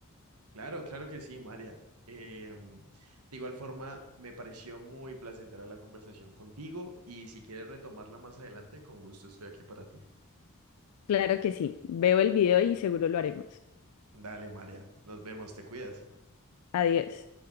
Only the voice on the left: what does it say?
Claro que sí, veo el video y seguro lo haremos.
Adiós.